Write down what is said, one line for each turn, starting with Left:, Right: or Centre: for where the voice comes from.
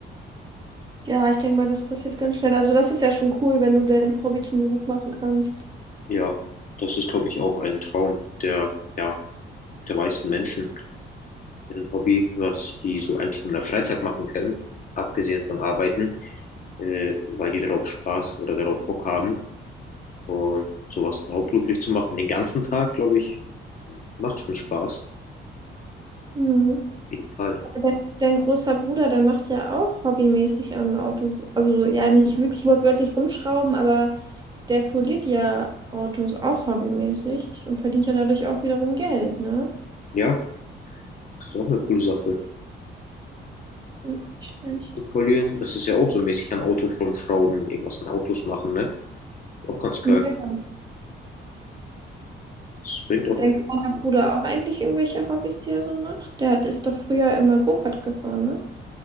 Right: Ja, ich denke mal, das passiert ganz schnell. Also das ist ja schon cool, wenn du dein Hobby zum Beruf machen kannst.
Left: Ja, das ist, glaube ich, auch ein Traum der, ja, der meisten Menschen, ein Hobby, was die so eigentlich nur in der Freizeit machen können, abgesehen von Arbeiten, äh, weil die darauf Spaß oder darauf Bock haben. Und sowas dann hauptberuflich zu machen, den ganzen Tag, glaube ich, macht schon Spaß.
Right: Mhm.
Left: Auf jeden Fall.
Right: Dein, dein großer Bruder, der macht ja auch hobbymäßig an Autos, also ja nicht wirklich wortwörtlich rumschrauben, aber der foliert ja Autos auch hobbymäßig und verdient ja dadurch auch wiederum Geld, ne?
Left: Ja, das ist auch eine coole Sache.
Right: Ja, Nicht schlecht.
Left: verlieren, das ist ja auch so mäßig an Autos rumschrauben, irgendwas an Autos machen, ne? Auch ganz geil.
Right: Ja.
Left: Das bringt auch.
Right: Hat dein kleiner Bruder auch eigentlich irgendwelche Hobbys, die er so macht? Der hat, ist doch früher immer Go-Kart gefahren, ne?